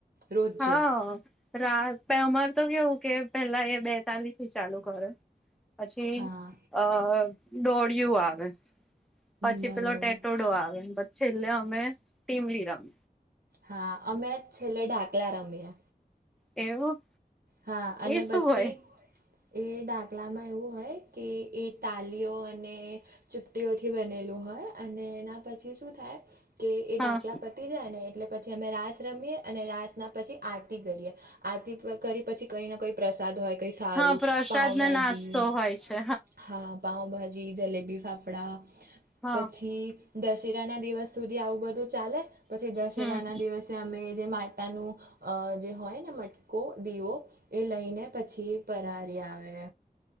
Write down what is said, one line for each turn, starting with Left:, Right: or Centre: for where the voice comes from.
Right: રોજે
Centre: હા રા અમાર તો કેવું કે પેલા એ બેતાલી થી ચાલુ કરે. પછી
Right: હા
Centre: અ દોળિયું આવે. પછી
Right: બરોબર
Centre: પેલો ટેટોડો આવેને પછી છેલ્લે અમે ટીમલી ર
Right: હા અમે છેલ્લે ઢાંકલા રમીએ
Centre: એવું
Right: હા અને
Centre: એ શું
Right: પછી
Centre: હોય
Right: એ ડાકલામાં એવું હોય કે એ તાલીઓ અને ચૂપટીઓથી બનેલું હોય અને એના પછી શું થાય કે એ
Centre: હા.
Right: ડાકલા પતી જાય ને એટલે પછી અમે રાસ રમીએ અને રાસના પછી આરતી કરીએ આરતી કરી પછી કંઈને કંઈ પ્રસાદ હોય કઈ સારું
Centre: હા પ્રસાદ
Right: પાઉભાજી
Centre: ને નાસ્તો હોય છે
Right: હા પાઉભાજી જલેબી ફાફડા
Centre: હા
Right: પછી દશેરા ના દિવસ સુધી આવું બધું ચાલે પછી દશેરા
Centre: હમ
Right: ના દિવસ તે અમે જે માટનું જે હોય ને મટકો દીવો એ લઈને પછી પહારી આવે